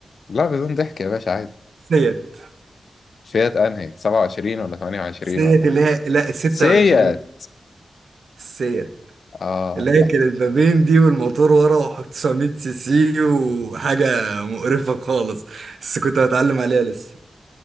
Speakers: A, on the left; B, on the right.
A: لا بدون ضحك يا باشا عادي
B: سيت
A: فيات انهي 27 ولا 28
B: سيت
A: ولا
B: اللي هي لا ال 26
A: سيات
B: السيت
A: اه
B: لكن
A: دي
B: البابين دي والموتور ورا وحط 900 سي سي وحاجة مقرفة خالص بس كنت هتعلم عليها لسه